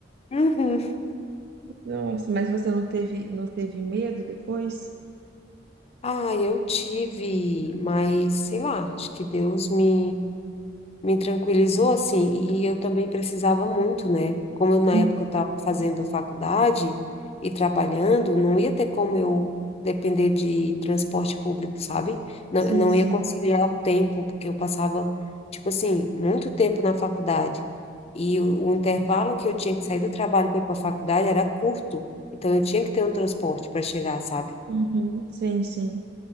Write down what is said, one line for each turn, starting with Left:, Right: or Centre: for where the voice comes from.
Left: Uhum.
Right: nossa, mas você não teve, não teve medo depois?
Left: Ah, eu tive, mas sei lá, acho que Deus me me tranquilizou assim, e eu também precisava muito, né? Como eu, na
Right: Hum,
Left: época eu estava fazendo faculdade e trabalhando, não ia ter como eu depender de transporte público, sabe? Não,
Right: Sim,
Left: não
Right: sim.
Left: ia conciliar o tempo, porque eu passava, tipo assim, muito tempo na faculdade. E o, o intervalo que eu tinha que sair do trabalho para ir para a faculdade era curto. Então eu tinha que ter um transporte para chegar, sabe?
Right: Uhum, sim, sim.